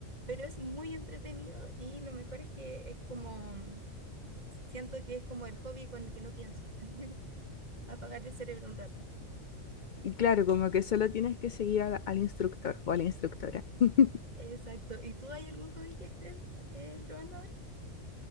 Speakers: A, on the right; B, on the left.
A: Pero es muy entretenido y lo mejor es que es como, siento que es como el hobby con el que no pienso, <laughs> apagar el cerebro un rato.
B: Y claro, como que solo tienes que seguir al, al instructor o a la instructora. <laughs>
A: Exacto. ¿Y tú hay algún hobby que estés eh, probando ahora?